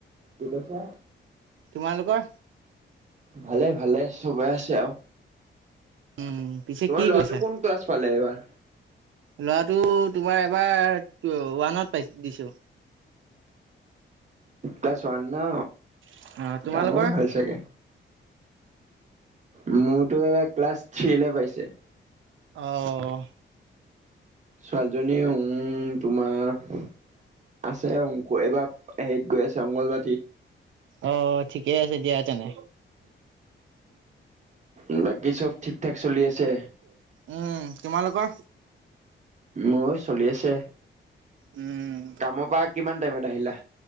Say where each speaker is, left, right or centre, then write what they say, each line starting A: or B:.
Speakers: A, on the right (about 35°); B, on the right (about 80°).
A: কি কৈছে?
B: তোমালোকৰ?
A: ভালে ভালে, চবে আছে আৰু।
B: উম পিছে
A: তোমাৰ
B: কি
A: ল'ৰাটো
B: কৈছা?
A: কোন ক্লাছ পালে এইবাৰ?
B: ল'ৰাটো তোমাৰ এইবাৰ ওৱানত পাইছ, দিছো।
A: ক্লাছ ৱান না
B: অ তোমালোকৰ?
A: ডাঙৰে হ'ল চাগে। মোৰতো এবাৰ ক্লাছ থ্ৰীলে পাইছে।
B: অ'।
A: ছোৱালীজনী উম, তোমাৰ আছে <unintelligible> এইবাৰ হেৰিত গৈ আছে অংগনবাদীত।
B: অ' ঠিকে আছে দিয়া তেনে।
A: উম বাকী চব ঠিক-ঠাক চলি আছে?
B: উম তোমালোকৰ?
A: মোৰো চলি আছে।
B: উম
A: কামৰ পৰা কিমান টাইমত আহিলা?